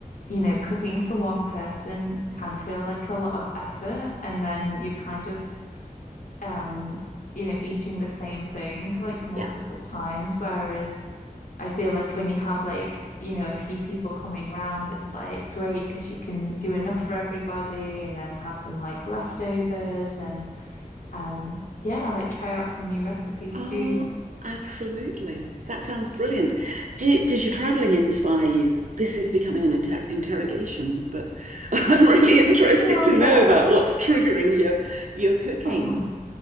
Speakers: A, on the left (about 65°); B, on the right (about 55°).
A: you know, cooking for one person can feel like a lot of effort, and then you're kind of, um, you know, eating the same thing like multiple
B: yeah.
A: times. Whereas I feel like when you have like, you know, a few people coming round, it's like great because you can do enough for everybody and then have some like leftovers and um, yeah, like try out some new recipes
B: Oh,
A: too.
B: absolutely. That sounds brilliant. Do, does your traveling inspire you? This is becoming an inter interrogation, but <laughs> I'm really interested
A: Oh
B: to
A: no.
B: know about what's triggering your your cooking.
A: Oh,